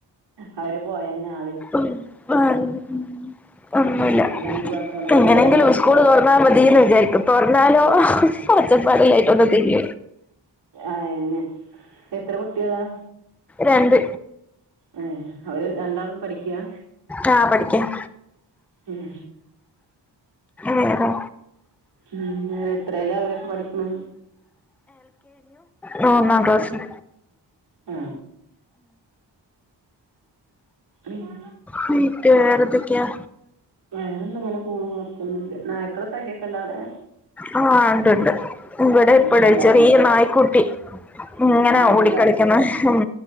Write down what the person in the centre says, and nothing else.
ഉം ആ അങ്ങ് ഉം അങ്ങനെ
എങ്ങനെങ്കിലും
ഉസ്കൂള് തൊറന്നാ മതീയെന്ന് വിചാരിക്കും. തുറന്നാലോ
ഒച്ചപ്പാട് ഇല്ലായിട്ട് ഒന്ന് <unintelligible>
രണ്ട്
ആ പഠിക്കാം
വേറെ
മൂന്നാംക്ലാസ്സിൽ
വീട്ടിൽ വേറെന്തൊക്കെയാ
ആ ഉണ്ടുണ്ട് ഇവിടെ ഇപ്പളും
ചെറിയ നായ്ക്കുട്ടി ഇങ്ങനെ
ഓടിക്കളിക്കുന്നേ
ഹും